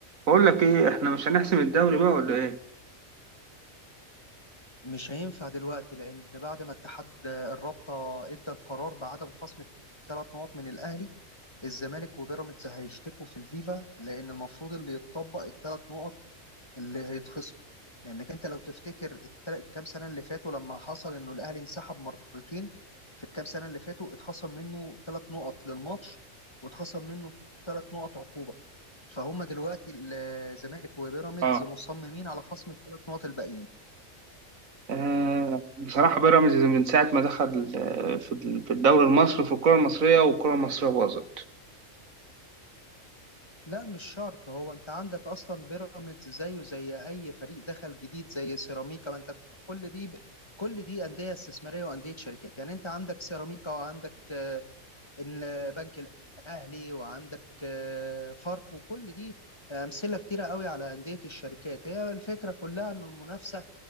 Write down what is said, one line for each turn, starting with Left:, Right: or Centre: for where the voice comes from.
Right: بقول لك ايه احنا مش هنحسم الدوري بقى ولا ايه
Left: مش هينفع دلوقتي لأن بعد ما اتحاد الرابطة ادى القرار بعدم خصم ثلاث نقط من الأهلي الزمالك وبيراميدز هيشتكوا في الفيفا لأن المفروض اللي يتطبق الثلاث نقط اللي هيتخصم لأنك أنت لو تفتكر التل- الكام سنة اللي فاتوا لما حصل إنه الأهلي انسحب مرتين في الكام سنة اللي فاتوا اتخصم منه ثلاث نقط للماتش واتخصم منه ثلاث نقط عقوبة فهم دلوقتي الزمالك وبيراميدز
Right: اه
Left: مصممين على خصم الثلاث نقط الباقيين
Right: آه بصراحه بيراميدز من ساعه ما دخل آه، في في الدوري المصري في الكره المصريه والكره المصريه باظت
Left: لا مش شرط هو انت عندك اصلا بيراميدز زيه زي اي فريق دخل جديد زي سيراميكا ما انت كل دي كل دي انديه استثماريه وانديه شركات يعني انت عندك سيراميكا وعندك آه، البنك الاهلي وعندك آه، فاركو وكل دي امثله كتيره قوي على انديه الشركات هي الفكره كلها ان المنافسه